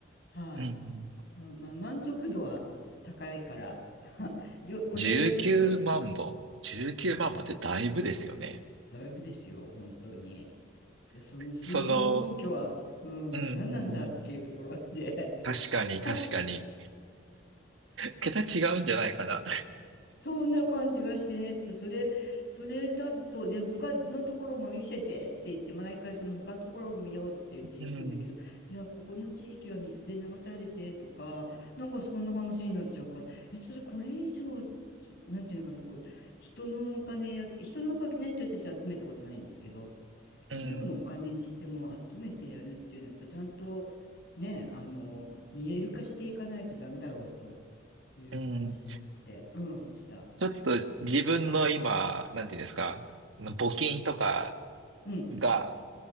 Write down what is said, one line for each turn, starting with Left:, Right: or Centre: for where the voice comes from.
Left: は
Right: うん。うん
Left: い、うん、まあ満足度は高いから、<laughs> よ、これでよしと、
Right: 19万本。19万本ってだいぶですよね。
Left: うんだいぶですよ、本当に。で、その数字の根拠は、
Right: その、
Left: うん、
Right: うんうんうん。
Left: 何なんだっていうところで
Right: 確かに確かに。
Left: <laughs> あ
Right: 桁違うんじゃないかな。
Left: そんな感じがしてね、つそれ、それだと、で、他のところも見せてって言って、毎回その他のところも見ようって言って行くんだけど、
Right: うん、
Left: いや、ここの地域は水で流されてとか、なんかそんな話になっちゃうから、え、ちょっとこれ以上、つなんていうのかな、こう、人のお金や、人のお金って私集めたことないんですけど、
Right: うん、
Left: 企業のお金にしても集めてやるっていうのは、やっぱちゃんとね、あの、見える化していかないとダメだろうと。いう感じになって、
Right: うん。
Left: うん、ました。
Right: ちょっと自分の今、なんていうんですか、募金とか
Left: うん、
Right: が